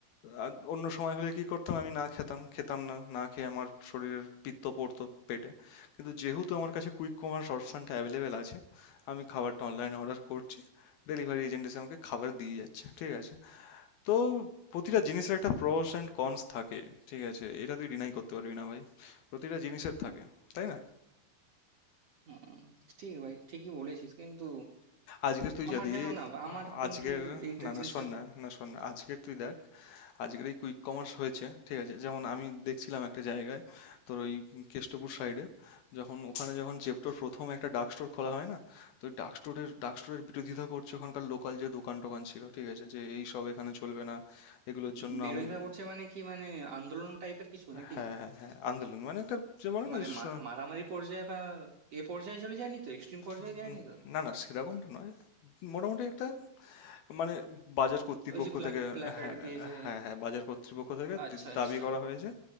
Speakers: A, on the left (about 70°); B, on the right (about 50°).
A: আর অন্য সময় হলে কি করতাম আমি না খেতাম খেতাম না না খেয়ে আমার শরীরের পিত্ত পড়তো পেটে কিন্তু যেহেতু আমার কাছে কুইক কমার্স অপশনটা অ্যাভেলেবেল আছে আমি খাবারটা অনলাইন অর্ডার করছি ডেলিভারি এজেন্ট এসে আমাকে খাবার দিয়ে যাচ্ছে ঠিক আছে তো প্রতিটা জিনিসের একটা প্রোস এন্ড কনস থাকে ঠিক আছে এটা তুই ডিনাই করতে পারবি না ভাই প্রতিটা জিনিসের থাকে তাই না
B: হুম, ঠিক ভাই ঠিকই বলেছিস কিন্তু
A: আজকে তুই
B: আমার
A: যদি
B: জানো না আমার
A: আ-
B: কিন্তু
A: আজকের
B: এইটা
A: না
B: জিনিসটা
A: না শোন না না শোন না আজকের তুই দেখ আজকের এই কুইক কমার্স হয়েছে ঠিক আছে যেমন আমি দেখছিলাম একটা জায়গায় তোর ওই কেষ্টপুর সাইডে যখন ওখানে যখন জেপ্টোর প্রথম একটা ডার্ক স্টোর খোলা হয় না তো ওই ডার্ক স্টোরের ডার্ক স্টোরের বিরোধিতা করছে ওখানকার লোকাল যে দোকান টোকান ছিল ঠিক আছে যে এই সব এখানে চলবে না এগুলোর
B: উম,
A: জন্য
B: বিরোধিতা
A: আমাদের
B: করছে মানে কি মানে আন্দোলন টাইপের কিছু নাকি
A: হ্যাঁ হ্যাঁ হ্যাঁ আন্দোলন মানে একটা যে বলে না
B: মানে
A: যে
B: মা-
A: স-
B: মারামারি পর্যায়ে বা এ পর্যায়ে চলে যায়নি তো এক্সট্রিম পর্যায়ে
A: উম,
B: যায়নি তো
A: না না সেরকমটা নয় মোটামুটি একটা মানে বাজার কর্তৃপক্ষ
B: ওই যে প্ল্যাকার্ড
A: থেকে হ্যাঁ
B: দিয়ে যে
A: হ্যাঁ হ্যাঁ বাজার কর্তৃপক্ষ থেকে
B: আচ্ছা
A: দি- দাবি
B: আচ্ছা
A: করা হয়েছে